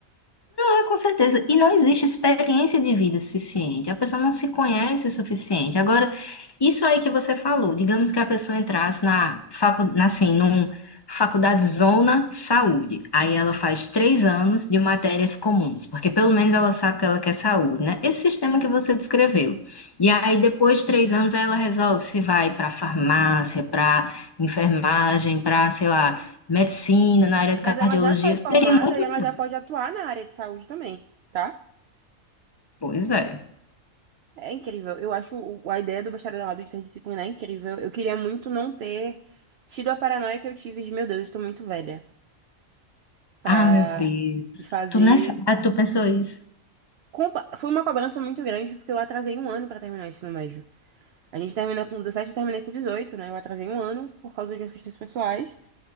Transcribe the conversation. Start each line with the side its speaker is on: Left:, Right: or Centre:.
Left: É, com certeza. E não existe experiência de vida o suficiente. A pessoa não se conhece o suficiente. Agora, isso aí que você falou, digamos que a pessoa entrasse na facu, na, assim, num faculdade Zona Saúde. Aí ela faz três anos de matérias comuns, porque pelo menos ela sabe que ela quer saúde, né? Esse sistema
Right: Sim.
Left: que você descreveu. E aí, depois de três anos, aí ela resolve se vai para farmácia, para enfermagem, para, sei lá, medicina, na área de
Right: Mas
Left: cardiologia.
Right: ela já sai formada
Left: Seria muito
Right: e ela
Left: melhor.
Right: já pode atuar na área de saúde também, tá?
Left: Pois é.
Right: É incrível. Eu acho o- a ideia do bacharelado interdisciplinar é incrível. Eu queria muito não ter tido a paranoia que eu tive de, meu Deus, eu estou muito velha pra
Left: Ah, meu Deus.
Right: ir fazer.
Left: Tu nessa idade, tu pensou isso?
Right: compa- Foi uma cobrança muito grande porque eu atrasei um ano pra terminar o ensino médio. A gente terminou com 17, eu terminei com 18, né? Eu atrasei um ano por causa de umas questões pessoais.